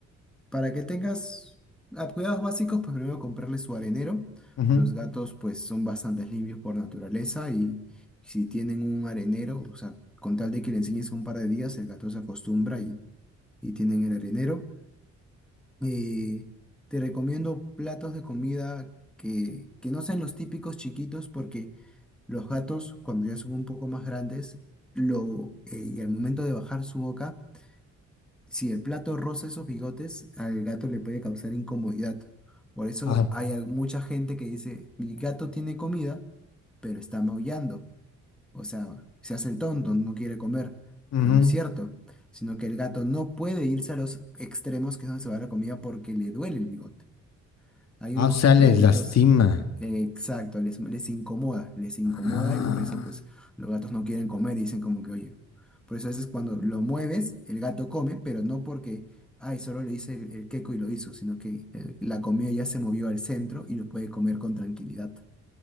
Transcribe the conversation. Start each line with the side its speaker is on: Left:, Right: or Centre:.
Centre: para que tengas ah, cuidados básicos, pues primero comprarle su arenero.
Left: ujú.
Centre: Los gatos pues son bastante limpios por naturaleza y si tienen un arenero, o sea, con tal de que le enseñes un par de días, el gato se acostumbra y, y tienen el arenero. Eh, te recomiendo platos de comida que, que no sean los típicos chiquitos porque los gatos cuando ya son un poco más grandes lo, eh, y al momento de bajar su boca, si el plato roza esos bigotes, al gato le puede causar incomodidad. Por eso
Left: Ah, ok.
Centre: hay al- mucha gente que dice, mi gato tiene comida, pero está maullando. O sea, se hace el tonto, no quiere comer,
Left: Ujú.
Centre: pero no es cierto, sino que el gato no puede irse a los extremos que es donde se va la comida porque le duele el bigote. Hay
Left: Ah,
Centre: unos
Left: o sea, les
Centre: platitos,
Left: lastima.
Centre: eh, exacto, les, les incomoda, les incomoda
Left: Ah.
Centre: y por eso pues los gatos no quieren comer y dicen como que, oye, por eso a veces cuando lo mueves, el gato come, pero no porque, ay, solo le hice el, el queco y lo hizo, sino que eh, la comida ya se movió al centro y lo puede comer con tranquilidad.